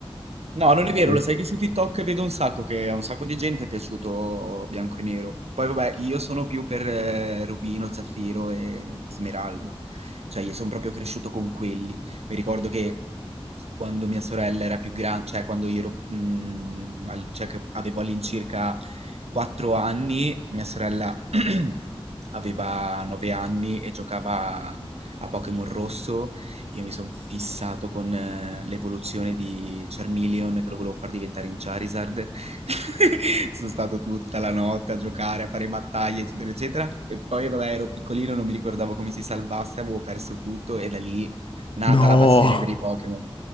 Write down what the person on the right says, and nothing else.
No, non è vero,
lo
sai che su TikTok vedo un sacco che a un sacco di gente è piaciuto bianco e nero. Poi vabbè, io sono più per eh, Rubino, Zaffiro e Smeraldo. Cioè, io sono proprio cresciuto con quelli. Mi ricordo che quando mia sorella era più grande, cioè quando io ero, mm, al- cioè che avevo all'incirca 4 anni, mia sorella <clears throat> aveva 9 anni e giocava a Pokémon Rosso, io mi sono fissato con eh, l'evoluzione di Charmeleon che lo volevo far diventare in Charizard. <laughs> Sono stato tutta la notte a giocare, a fare battaglie, eccetera, eccetera. E poi, vabbè, ero piccolino, non mi ricordavo come si salvasse, avevo perso tutto e da lì nata
la passione per i Pokémon.